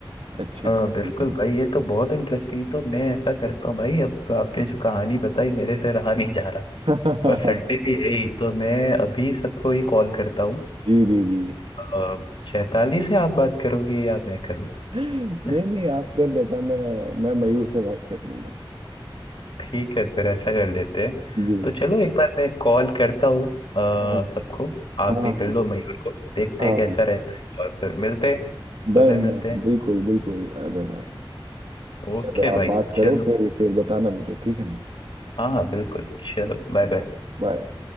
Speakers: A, on the right; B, on the left.
A: अच्छे
B: हाँ,
A: अच्छे
B: बिल्कुल
A: movie में
B: भाई ये तो बहुत इंटरेस्टिंग है तो मैं ऐसा करता हूँ भाई अब तो आपने जो कहानी बताई मेरे से रहा नहीं जा रहा
A: <laughs>
B: और संडे भी है ही तो मैं अभी सबको ये कॉल करता हूँ
A: जी जी जी <laughs>
B: अ, चैताली से आप बात करोगे या मैं करूँ
A: नहीं
B: <laughs>
A: नहीं आप कर लेता मैं मैं मयूर से बात कर लूंगा
B: ठीक है फिर ऐसा कर लेते हैं
A: जी
B: तो चलो एक बार मैं कॉल करता हूँ अ,
A: हाँ
B: सबको आप
A: हाँ
B: भी
A: हाँ
B: कर लो मयूर को देखते
A: हाँ
B: हैं कैसा
A: हाँ
B: रहता है और फिर मिलते हैं
A: डन
B: सुबह मिलते
A: डन
B: हैं
A: बिल्कुल बिल्कुल अबे भाई
B: ओके
A: चलो
B: भाई
A: आप बात
B: चलो
A: करो फिर फिर बताना मुझे ठीक है ना
B: हाँ हाँ बिल्कुल चलो बाय बाय
A: बाय